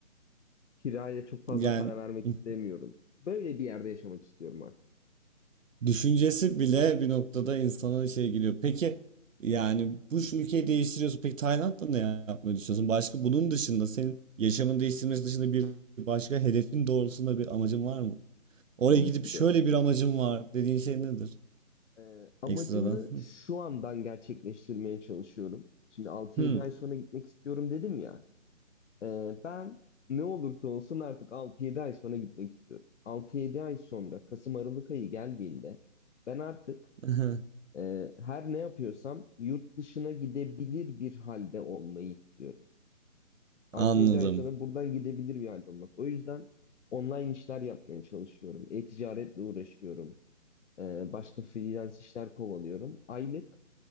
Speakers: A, on the left (about 65°); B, on the right (about 80°).
A: Kiraya çok fazla
B: Yani
A: para vermek
B: <laughs>
A: istemiyorum. Böyle bir yerde yaşamak istiyorum artık.
B: düşüncesi bile bir noktada insana şey geliyor. Peki yani bu şu ülkeyi değiştiriyorsun. Peki Tayland'da ne yapmayı düşünüyorsun? Başka bunun dışında senin yaşamını değiştirmesi dışında bir başka hedefin doğrultusunda bir amacın var mı? Oraya
A: Tabii
B: gidip
A: ki
B: şöyle
A: de
B: bir amacım var dediğin şey nedir?
A: e, amacımı
B: Ekstradan. <laughs>
A: şu andan gerçekleştirmeye çalışıyorum. Şimdi altı
B: Hmm,
A: yedi ay sonra gitmek istiyorum dedim ya. E, ben ne olursa olsun artık altı yedi ay sonra gitmek istiyorum. Altı yedi ay sonra Kasım Aralık ayı geldiğinde ben artık
B: <laughs>
A: e, her ne yapıyorsam yurt dışına gidebilir bir halde olmayı istiyorum. Altı
B: Anladım.
A: yedi ay sonra buradan gidebilir bir halde olmak. O yüzden online işler yapmaya çalışıyorum. E-ticaretle uğraşıyorum. Ee, başka freelance işler kovalıyorum. Aylık